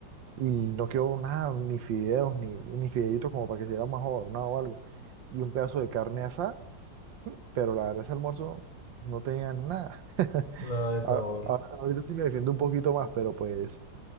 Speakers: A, on the right (about 80°); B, on the left (about 20°).
A: Y no quedó nada, ni fideos, ni, ni fideitos como para que se diera más adornado o algo. Y un pedazo de carne asada, pero la verdad ese almuerzo no tenía nada. <laughs>
B: Nada de
A: A-
B: sabor.
A: a- Ahorita sí me defiendo un poquito más, pero pues